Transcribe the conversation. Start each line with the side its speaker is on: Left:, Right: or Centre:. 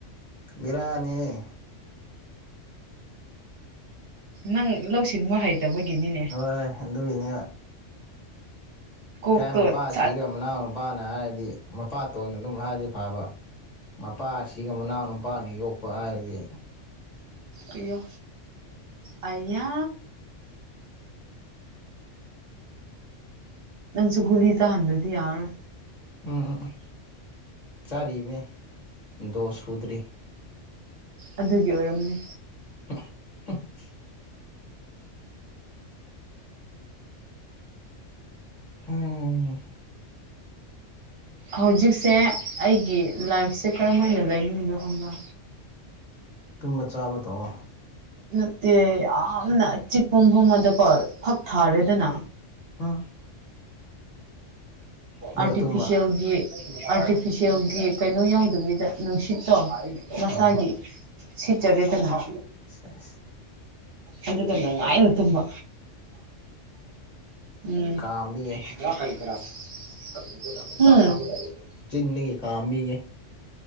Left: ꯕꯦꯔꯥꯅꯤꯍꯦ
Right: ꯅꯪ ꯂꯧꯁꯤꯟꯕ ꯍꯩꯇꯕꯒꯤꯅꯤꯅꯦ
Left: ꯍꯣꯏ ꯍꯣꯏ ꯑꯗꯨꯒꯤꯅꯦ
Right: ꯀꯣꯛꯇꯣ
Left: ꯀꯥꯏ ꯃꯄꯥ
Right: ꯁꯠ
Left: ꯁꯤꯒ ꯃꯅꯥꯎ ꯅꯨꯄꯥꯅ ꯍꯥꯏꯔꯗꯤ ꯃꯄꯥꯇꯣꯟꯅ ꯑꯗꯨꯝ ꯍꯥꯏꯔꯗꯤ ꯐꯥꯕ ꯃꯄꯥꯁꯤꯒꯥ ꯃꯅꯥꯎ ꯅꯨꯄꯥꯅ ꯌꯣꯛꯄ ꯍꯥꯏꯔꯗꯤ
Right: ꯑꯩꯌꯣ ꯑꯩꯌꯥ ꯅꯪꯁꯨ ꯒꯨꯂꯤ ꯆꯥꯍꯟꯗ꯭ꯔꯥꯗꯤ ꯌꯥꯔꯥꯔꯣꯏ
Left: ꯎꯝ ꯎꯝ ꯎꯝ ꯆꯥꯔꯤꯅꯦ ꯗꯣꯁ ꯁꯨꯗ꯭ꯔꯤ
Right: ꯑꯗꯨꯒꯤ ꯑꯣꯏꯔꯝꯅꯤ
Left: <unintelligible> ꯍꯨꯝ
Right: ꯍꯧꯖꯤꯛꯁꯦ ꯑꯩꯒꯤ ꯂꯥꯏꯐꯁꯦ ꯀꯔꯝꯍꯥꯏꯅ ꯂꯩꯅꯤꯡꯕꯅꯣ ꯈꯪꯕ꯭ꯔꯥ
Left: ꯇꯨꯝꯕ ꯆꯥꯕ ꯇꯧꯑꯣ
Right: ꯅꯠꯇꯦ ꯌꯥꯝꯅ ꯆꯤꯛꯄ ꯃꯐꯝ ꯃꯗꯀꯣ ꯐꯛ ꯊꯥꯔꯦꯗꯅ
Left: ꯍꯨꯝ ꯑꯗꯨꯒ
Right: ꯑꯥꯔꯇꯤꯐꯤꯁꯦꯜꯒꯤ
Left: ꯇꯨꯝꯕ
Right: ꯑꯥꯔꯇꯤꯐꯤꯁꯦꯜꯒꯤ ꯀꯩꯅꯣ ꯌꯥꯎꯗꯕꯤꯗ ꯅꯨꯡꯁꯤꯠꯇꯣ ꯃꯁꯥꯒꯤ
Left: ꯎꯝ
Right: ꯁꯤꯠꯆꯔꯦꯗꯅ
Left: ꯁꯦꯁ
Right: ꯑꯗꯨꯒ ꯅꯨꯡꯉꯥꯏꯅ ꯇꯨꯝꯕ ꯎꯝ
Left: ꯄꯥꯝꯕꯤꯒꯦ
Right: ꯍꯨꯝ
Left: ꯆꯤꯟꯗꯒꯤ ꯀꯥꯝꯕꯤꯒꯦ